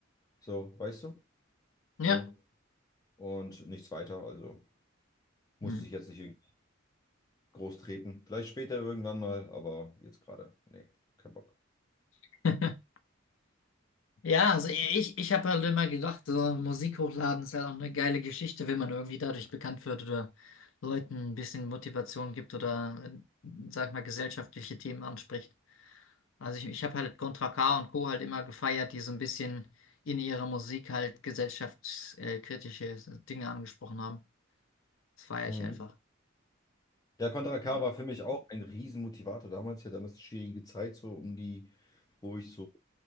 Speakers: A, on the left; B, on the left.
A: So, weißt du?
B: ja.
A: So. und nichts weiter. Also musste
B: Hm.
A: ich jetzt nicht irgendwie groß treten. Vielleicht später irgendwann mal, aber jetzt gerade, nee, kein Bock.
B: <laughs> Ja, also e, ich, ich habe halt immer gedacht, so Musik hochladen ist halt auch eine geile Geschichte, wenn man irgendwie dadurch bekannt wird oder Leuten ein bisschen Motivation gibt oder, äh, sag ich mal, gesellschaftliche Themen anspricht. Also ich, ich habe halt Contra K und Co. halt immer gefeiert, die so ein bisschen in ihrer Musik halt gesellschaftskritische äh, Dinge angesprochen haben. Das feiere
A: Mhm.
B: ich einfach.
A: Ja, Contra K
B: Ja.
A: war für mich auch ein Riesenmotivator damals. Ja, damals eine schwierige Zeit, so um die, wo ich so